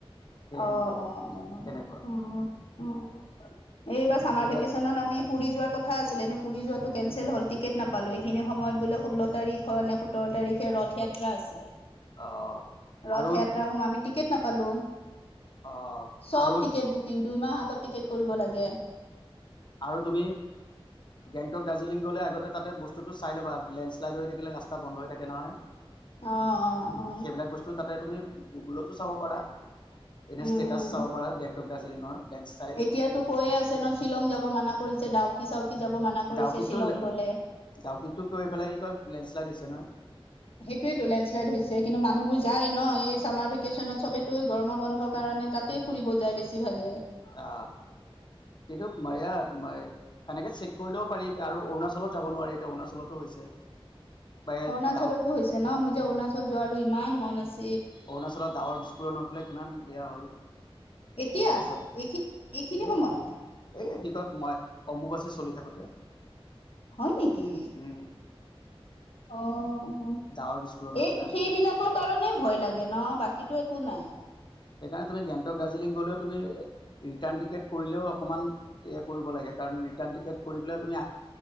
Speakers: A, on the left; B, on the left.
A: সেই সেনেকুৱা
B: অঁ অঁ অঁ
A: তেনেকুৱা।
B: অঁ অঁ এইবাৰ ছামাৰ
A: এতিয়া
B: ভেকেশ্যনত আমি পুৰি যোৱাৰ কথা আছিলে। এনেও পুৰি যোৱাটো কেনঞ্চেল হ'ল টিকেট নাপালো। এইখিনি সময়ত বোলে ষোল্ল তাৰিখৰ নে সোতৰ তাৰিখে ৰথ য়াত্ৰা আছে।
A: অ',
B: ৰথয়াত্ৰা
A: আৰু
B: সমহ আমি টিকেট নাপালো।
A: অ',
B: চব
A: আৰু
B: টিকেট বুকিং। দুইমাহ আগত টিকেট কৰিব লাগে।
A: আৰু তুমি গেংটক, দাৰ্জিলিং গ'লে আগতে তাতে বস্তুটো চাই ল'বা। লেণ্ডশ্লাইড হৈ থাকিলে ৰাস্তা বন্ধ হৈ থাকে নহয়।
B: অ অ অ
A: সেইবিলাক বস্তু তাতে তুমি গুগুলতো চাব পাৰা। এনে
B: উম
A: ষ্টেটাচ
B: উম
A: চাব পাৰা গেংটক, দাৰ্জিলিঙৰ। লেণ্ডশ্লাইড
B: এতিয়াতো কৈয়ে আছে ন শ্বিলং যাব মানা কৰিছে ডাও কি চাউকি যাব মানা কৰিছে
A: ডাউকিতটো
B: শ্বিলং গলে।
A: ডাউকিতটো গৈ পেলাই কি কয় লেণ্ডশ্লাইড হৈছে নহয়
B: সেইটোৱেটো লেণ্ডলাইন হৈছে কিন্তু মানুহবোৰ যায় ন এই ছামাৰ ভেকেশ্যনত সবেতোৱ গৰমৰ বন্ধৰ কাৰণে তাতেই ফুৰিব যায় বেছিভাগে
A: আহ কিন্তু মাৰয়া তোমাৰ সেনেকে চ কৰিলেও পাৰি আৰু অৰুণাচলত যাব নোৱাৰি এতিয়া অৰুণাচলতো হৈছে বা
B: অৰুণাচলতো
A: ডাৱ
B: হৈছে ন মোৰ যে অৰুণাচল যোৱাৰো ইমান মন আছে
A: অৰুণাচলত ডাৱৰ বিস্ফোৰণ হৈ পেলাই কিমান এয়া হ'ল
B: এতিয়া
A: ঘৰ চৰ
B: এইখিন এইখিনি
A: এই
B: সময়ত
A: এই কি কয় মই অম্বু বাছে চলি থাকোতে
B: হয় নেকি
A: উম
B: অঁ
A: ডাৱৰ বিস্ফোৰণ হৈ
B: এই
A: পেলাই
B: সেইবিলাকৰ কাৰণে ভয় লাগে ন বাকীতো একো নাই
A: সেইকাৰণে তুমি গেংটক দাৰ্জিলিং গ'লেও তুমি ৰিটাৰ্ণ টিকেট কৰিলেও অকণমান এয়া কৰিব লাগে কাৰণ ৰিটাৰ্ণ টিকেট কৰি পেলাই তুমি